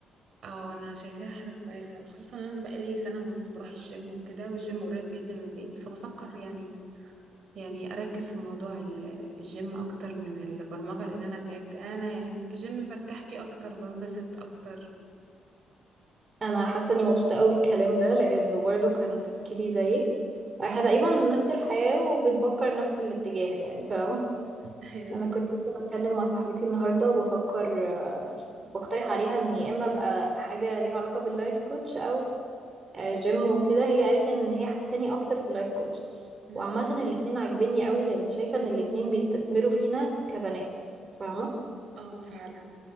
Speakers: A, on the right; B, on the right.
A: اه انا شايفاها حاجه كويسه خصوصا ان انا بقالي سنه ونص بروح الجيم وكده والجيم قريب جدا من البيت فبفكر يعني يعني اركز في موضوع ال- الجيم اكتر من البرمجه لان انا تعبت انا يعني الجيم برتاح فيه اكتر بنبسط اكتر
B: انا حاسه اني مبسوطه قوي بالكلام ده لانه برضو كان تفكيري زيك احنا
A: مم.
B: تقريبا نفس الحياه وبنفكر نفس الاتجاه يعني فاهمه
A: <laughs> ايوه
B: انا
A: فاهمه
B: كنت لسه بتكلم مع صاحبتي النهارده وبفكر آه، بقترح عليها ان يا اما ابقى حاجه ليها علاقه باللايف كوتش او آه، جيم وكده هي قالت لي ان هي حاساني اكتر في اللايف كوتش
A: مم.
B: وعامه الاتنين عاجبني قوي لان شايفه ان الاتنين بيستثمروا فينا كبنات فاهمه
A: اه فعلا